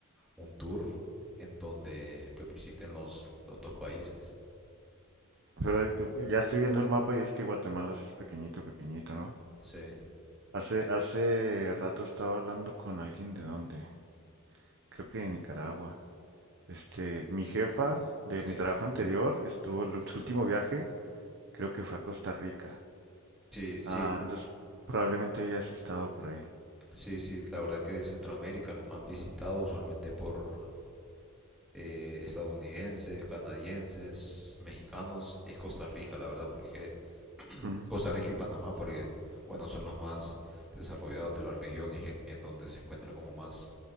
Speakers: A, in the centre; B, on the right.
A: un tour en donde pues visiten los, los dos países.
B: <laughs> Pero eh, ya estoy viendo el mapa y es que Guatemala sí es pequeñito, pequeñito, ¿no?
A: Sí,
B: Hace, hace rato estaba hablando con alguien de dónde, creo que de Nicaragua. Este, mi jefa de
A: sí,
B: mi trabajo anterior estuvo en su último viaje Creo que fue a Costa Rica.
A: sí, sí,
B: Ah, entonces probablemente ya has estado por ahí.
A: sí, sí, la verdad que Centroamérica el más visitado usualmente por eh, estadounidenses, canadienses, mexicanos, es Costa Rica, la verdad, porque
B: Ujú.
A: Costa Rica y Panamá, porque bueno, son los más desarrollados de la región y en donde se encuentran como más